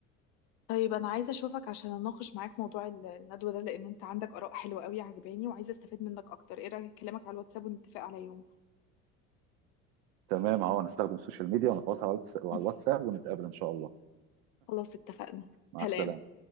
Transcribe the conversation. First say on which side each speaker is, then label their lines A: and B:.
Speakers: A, on the left; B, on the right.
A: طيب انا عايزه اشوفك عشان اناقش معاك موضوع ال- الندوه ده لان انت عندك اراء حلوه قوي عجباني وعايزه استفاد منك اكتر ايه رايك اكلمك على الواتساب ونتفق على يوم
B: تمام اهو هنستخدم السوشيال ميديا ونتواصل على الواتس- على
A: <laughs>
B: الواتساب ونتقابل ان شاء الله
A: خلاص اتفقنا
B: مع
A: سلام
B: السلامه